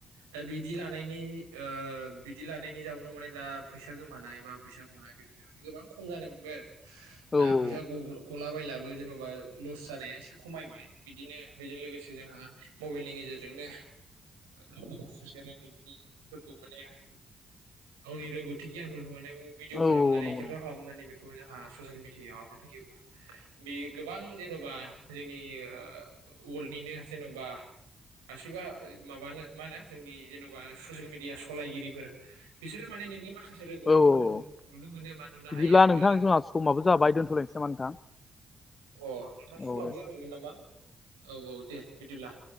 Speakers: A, on the right; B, on the left.
A: दा बिदि लानायनि ओ बिदि लानायनि जाउनाव माने दा फैसा गोमानाय बा फैसा गनाय बेफोर गोबां खम जानाय मोनबाय आरो दा
B: औ
A: फैसा
B: औ
A: गला बलाबो जेन'बा लस जानाया एसे खमायबाय बिदिनो बेजों लोगोसे जोंहा मबाइलनि गेजेरजोंनो गावनि माखासे रोंगौथिफोरखौ माने <inaudible> गावनि रोंगौथि गियानफोरखौ माने भिडियअ
B: नंगौ
A: खालामनानै
B: नंगौ
A: केपसार खालामनानै बेखौ जोंहा ससियेल मिडियायाव आपलड होयोब्ला बे गोबां जेन'बा जोंनि वार्ल्निनो जेन'बा गासिबो माबानो मा होनो जोंनि जेन'बा ससियेल मिडिया या सलायगिरिफोर बिसोरो माने नोंनि माखासे रोंगौथिफोरखौ
B: औ औ
A: नुनो मोनो बा नुनो
B: बिदिब्ला
A: हायो आरो
B: नोंथां
A: आरो
B: जोंहा समाबो जाबाय दोनथ'नोसै नामा नोंथां
A: अ नोंथां समाबो
B: औ दे
A: जाबायमोन नामा औ औ दे बिदिब्ला